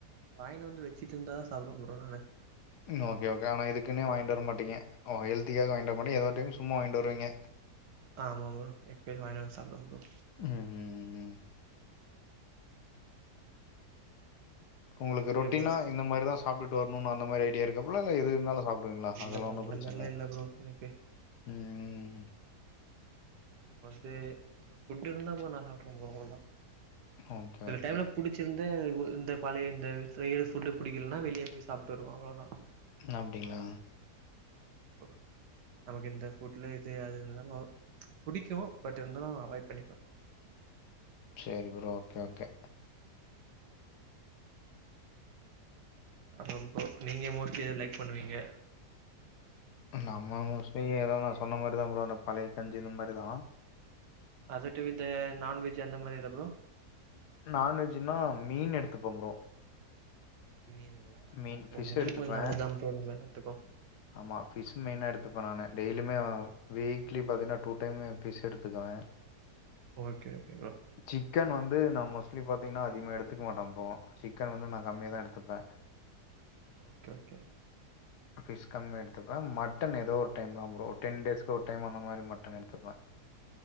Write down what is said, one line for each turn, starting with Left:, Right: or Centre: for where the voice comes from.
Right: வாயின்னுவந்து வச்சிட்ருந்தா சாப்டுவே ப்ரோ நானு
Left: ம் ஓகே ஓகே ஆனாது இதுக்குன்னே வாங்கிட்டு வர மாட்டீங்க ஓ ஹல்தியாக வாங்கிட்டு வர மாட்டீங்க ஏதோ டைம் சும்மா வாங்கிட்டு வருவீங்க
Right: ஆமா ப்ரோ எப்பயவாங்கின வந்து சாப்டுவே ப்ரோ
Left: ம்
Right: அப்றோ
Left: உங்களுக்கு
Right: நீங்க
Left: ரொட்டீனா
Right: ப்ரோ
Left: இந்த மாரிதா சாப்ட்டுட்டு வரணு அந்த மாரி அப்டியே இருக்காப்ல இல்ல எது இருந்தாலு சாப்டுவீங்களா
Right: இல்ல
Left: அதெல்லா
Right: ப்ரோ
Left: ஒன்னு
Right: அந்த
Left: பிரச்சனை
Right: மாரிலா
Left: இல்லையா
Right: இல்ல ப்ரோ எனக்கு
Left: ம்
Right: வந்து புட்டு் இருந்தா போ நா சாப்ட்றே ப்ரோ அவ்ளதா
Left: ஓகே
Right: சில
Left: ஓகே
Right: டைம்ல புடிச்சிருந் து இந்த பழைய இந்த ஃபுட்டு பிடிக்கலன்னா வெளியே போய் சாப்ட்டு வருவோ அவ்வளோதா
Left: அப்டிங்களா
Right: உ நமக்கு இந்த ஃபுட்ல இது அது இருந்து புடிக்கு பட் இருந்தாலு அவாய்ட் பண்ணிப்பே
Left: சரி ப்றோ ஓகே ஓகே
Right: அப்பறம்ப்ப நீங்க மோஸ்ட்லி லைக் பண்ணுவீங்க
Left: நம்ம மோஸ்ட்லி ஏத நா சொன்ன மாரிதா ப்ரோ அந்த பழைய கஞ்சி இந்த மாரிதா
Right: அததுட்ட வி இந்த நாான் வெஜ் அந்த மாதிரி இல்லப்ோ
Left: நான்வெஜ்ன்னா மீன் எடுத்துப்பம்புறோ
Right: மீனுங்களா ஆமா
Left: மீன்
Right: ப்ரோ
Left: பிஸ்
Right: மீன்
Left: எடுத்துப்பே
Right: கொஞ்சோ நல்லதுதா ப்ரோ நம்ம எல்லாத்துக்கு
Left: ஆமா பிஸ் மென எடுத் துப்பே நானு டெய்லுமே வீக்லி பாத்தீங்கன்னா டூ டைம் பிஸ் எடுத்துக்குவே
Right: ஓகே ஓகே ப்ரோ
Left: சிக்கன் வந்து நா மோஸ்ட்லி பாத்தீங்கன்னா அதிகமா எடுத்துக்க மாட்டே ப்ரோ சிக்கன் வந்து நா கம்மியா தா எடுத்துப்பே
Right: ஓகே ஓகே
Left: பிஷ் கம்மியா எடுத்துப்பே மட்டன் ஏதோ ஒரு டைம்தா ப்ரோ ஒரு டென் டேஸ்க்கு ஒரு டைம் அந்த மாரி மட்ட எடுத்துப்பே <inaudible>